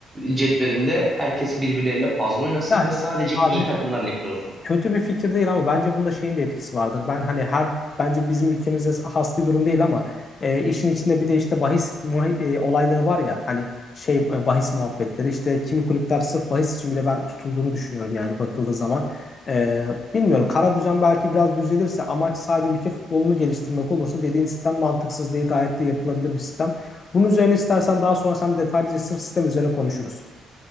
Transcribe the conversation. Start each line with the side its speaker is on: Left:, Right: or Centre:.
Right: cetvelinde herkes birbirleriyle fazla oynasın
Left: Yani
Right: ve sadece
Left: abi
Right: iyi takımlar ligde olsun.
Left: kötü bir fikir değil ama bence bunda şeyin de etkisi vardır. Ben hani her bence bizim ülkemizde has bir durum değil ama e, işin içinde bir de işte bahis mahi- e, olayları var ya hani şey e, bahis muhabbetleri işte kimi kulüpler sırf bahis için bile ben tutulduğunu düşünüyorum yani bakıldığı zaman. E, bilmiyorum kara düzen belki biraz düzelirse amaç sadece ülke futbolunu geliştirmek olursa dediğin sistem mantıksız değil gayet de yapılabilir bir sistem. Bunun üzerine istersen daha sonra sen detaylıca sırf sistem üzerine konuşuruz.